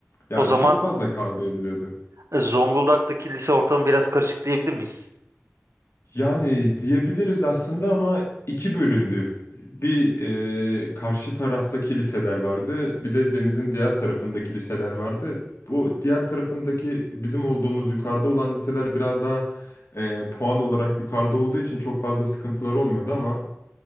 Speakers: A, on the left; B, on the right.
A: Ya
B: O zaman
A: çok fazla kavga ediliyordu.
B: e, Zonguldak'taki lise ortamı biraz karışık diyebilir miyiz?
A: Yani diyebiliriz aslında ama iki bölümdü. Bir e, karşı tarafta kiliseler vardı, bir de denizin diğer tarafında kiliseler vardı. Bu diğer tarafındaki bizim olduğumuz yukarıda olan liseler biraz daha e, puan olarak yukarıda olduğu için çok fazla sıkıntılar olmuyordu ama